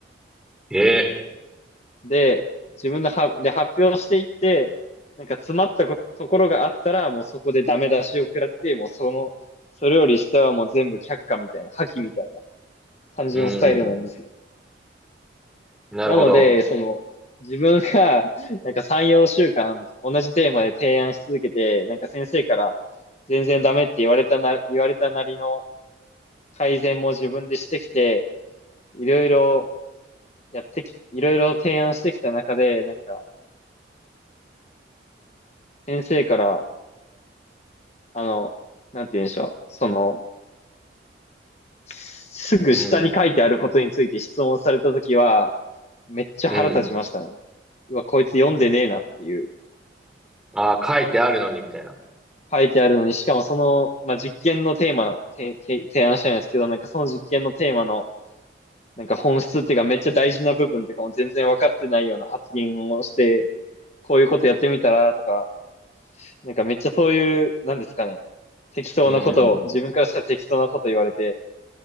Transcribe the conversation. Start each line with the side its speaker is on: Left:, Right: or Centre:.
Centre: い。ええ。
Left: で、自分のは、で、発表していって、なんか詰まったこと、ところがあったら、もうそこでダメ出しを食らって、もうその、それより下はもう全部却下みたいな、破棄みたいな感じのスタイルなんですよ。
Centre: うん。なるほど。
Left: なので、その、自分が、なんか3、4週間、同じテーマで提案し続けて、なんか先生から、全然ダメって言われたな、言われたなりの改善も自分でしてきて、いろいろやってき、いろいろ提案してきた中で、なんか、先生から、あの、なんて言うんでしょう。その、すぐ下に書いてあることについて質問されたときは、
Centre: うん。
Left: めっちゃ腹立ちましたね。
Centre: うん。
Left: うわ、こいつ読んでねえなっていう。
Centre: ああ、書いてあるのにみたいな。
Left: 書いてあるのに、しかもその、まあ、実験のテーマの、てけ提案したんですけど、なんかその実験のテーマの、なんか本質っていうかめっちゃ大事な部分とかも全然分かってないような発言をして、こういうことやってみたらとか、なんかめっちゃそういう、なんですかね、適当なことを、
Centre: うん。
Left: 自分からしたら適当なこと言われて、